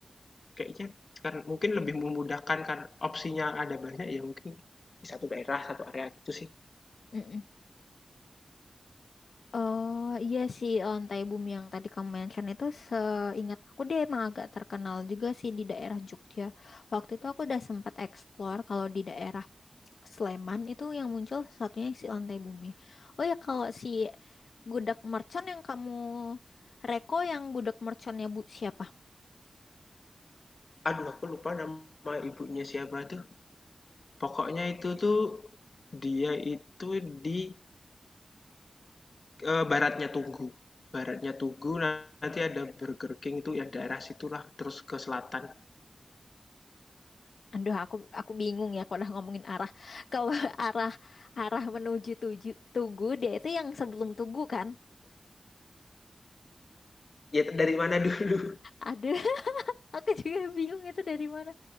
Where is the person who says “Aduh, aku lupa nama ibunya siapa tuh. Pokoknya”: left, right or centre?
Left